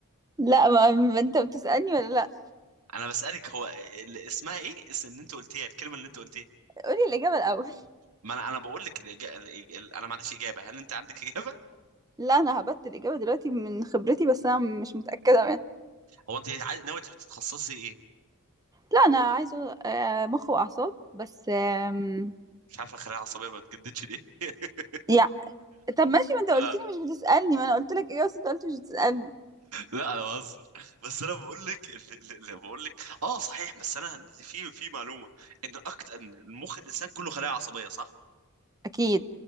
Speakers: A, on the right; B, on the right.
A: لا ما ما انت بتسألني ولا لا
B: انا بسالك هو ال- اسمها ايه اس- ان انت قلتيها الكلمه اللي انت قلتيها
A: قولي الإجابة الأول
B: ما انا انا بقول لك الإجا... الإجا... انا ما عنديش اجابه هل انت عندك اجابه
A: <laughs> لا أنا هبت الإجابة دلوقتي من خبرتي بس أنا مش متأكدة منها
B: هو انت عايز- ناوي تتخصصي ايه
A: لا أنا عايزة آه، مخ وأعصاب بس آم،
B: مش عارف الخلايا العصبيه ما بتجددش ليه <laughs>
A: يا طب ماشي ما انت قلت
B: آه.
A: لي مش بتسألني ما انا قلت لك ايه بس انت قلت مش بتسألني
B: لا انا بهزر بس انا بقول لك اللي بقول لك اه صحيح بس انا في في معلومه ان اكتر ان المخ الانسان كله خلايا عصبيه صح
A: اكيد